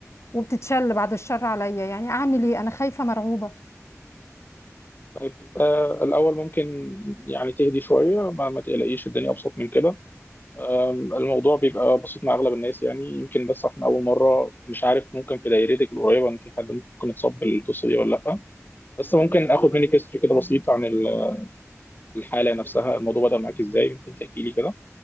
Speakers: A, on the left; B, on the left.
A: وبتتشل بعد الشر عليا يعني اعمل ايه انا خايفه مرعوبه
B: طيب آه الأول ممكن يعني تهدي شوية ما, ما تقلقيش الدنيا أبسط من كده آم، الموضوع بيبقى بسيط مع أغلب الناس يعني يمكن بس عشان أول مرة مش عارف ممكن في دايرتك القريبة إن في حد ممكن يتصاب بالقصة دي ولا لأ بس ممكن آخد منك هيستوري كده بسيط عن ال- الحالة نفسها الموضوع بدأ معاك إزاي ممكن تحكي لي كده